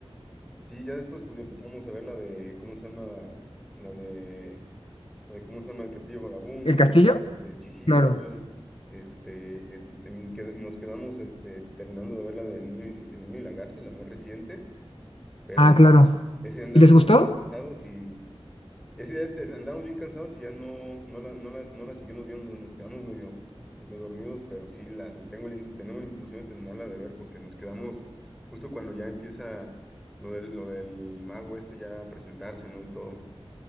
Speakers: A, in the centre; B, on the left.
A: Sí, ya después pues empezamos a ver la de, ¿cómo se llama? La de, la de ¿cómo se llama? El Castillo Vagabundo,
B: ¿El castillo?
A: la de Chihiro,
B: Claro.
A: este, en que nos quedamos este, terminando de ver la de El Niño, El Niño y la Garza, la más reciente, pero
B: Ah, claro.
A: ese andamos
B: ¿Y les gustó?
A: bien cansados y, es idea, te- andamos bien cansados y ya no, no la, no las no la seguimos viendo, nos quedamos medio, medio dormidos, pero sí la, tengo, la in- tenemos la intención de terminarla de ver porque nos quedamos justo cuando ya empieza lo del, lo del mago este ya a presentarse, ¿no? Y todo.